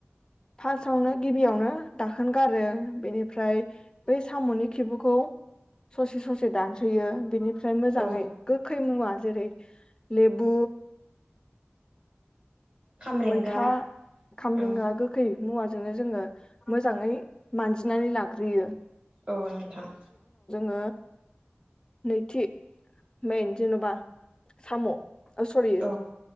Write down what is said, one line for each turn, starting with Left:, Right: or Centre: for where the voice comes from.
Left: फा सावनो गिबियावनो दाखोन गारो बेनिफ्राय बै साम'नि खिबुखौ ससे ससे दानस'यो बेनिफ्राय मोजाङै
Right: औ
Left: गोखै मुवा जेरै लेबु।
Right: खामरेंगा
Left: मैथा, खामब्रेेंगा
Right: औ
Left: गोखै। मुवाजोंनो जोङो मोजाङै मानजिनानै लाग्रोयो।
Right: औ नोंथां।
Left: ओ नैथि मेन जेन'बा साम' अ स'रि
Right: औ